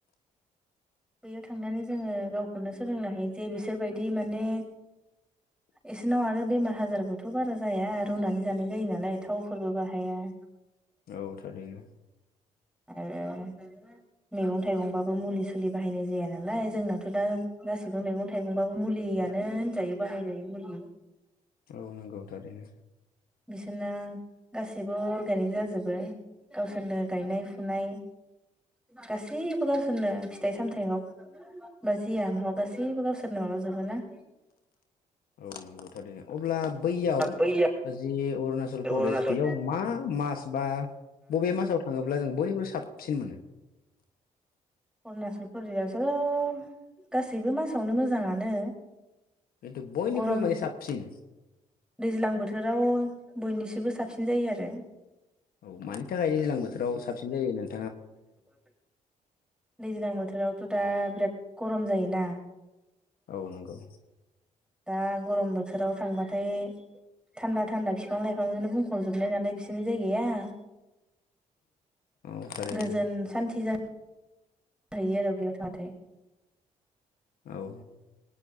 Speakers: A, in the centre; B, on the left.
A: बैयाव थांनानै जोङो गावखौनो सोलोंनो हायो जे बिसोरबायदि माने
B: <inaudible>
A: इसोरनाव आरो बेमार आजारबोथ' बारा जाया रुनानै जानाय जायो नालाय थावफोरबो बाहाया
B: औ थारैनो
A: आरो मैगं थाइगंबाबो मुलि सुलि बाहायनाय जाया नालाय जोंनाथ' दा गासिबो मैगं थाइगंबाबो मुलियानो होनजायो बाहायजायो मुलि
B: औ नंगौ थारैनो
A: बिसोरना गासिबो अर्गेनिक जाजोबो गावसोरनो गायनाय फुनाय गासैबो गावसोरनो फिथाइ सामथायाव होमबा जियानो हक गासैबो गावसोरनो माबा जोबो ना
B: औ नंगौथारनो अब्ला बैयाव
A: बैया
B: जि अरुणाचल
A: अरुणाचल
B: प्रदेश बेयाव मा मास बा बबे मासाव थाङोब्ला जों बयनिख्रुइ साबसिन मोनो
A: अरुणचल प्रदेशआवस' गासैबो मासावनो मोजाङानो
B: खिन्थु बयनिख्रुइबो
A: गरम
B: माने साबसिन
A: दैज्लां बोथोराव बयनिसिबो स साबसिन जायो आरो
B: औ मानि थाखाय दैज्लां बोथोराव साबसिन जायो नों
A: दैज्लां बोथोरावथ' दा बिराद गरम जायोना
B: औ नंगौ
A: दा गरम बोथोराव थांबाथाय थान्दा थान्दा बिफां लाइफांजोंनो बुंफबजोबनाय नालाय बिसोरनि जायगाया
B: औ थारैनो
A: गोजोन सान्थि जा आरो बियाव था बाथाय
B: औ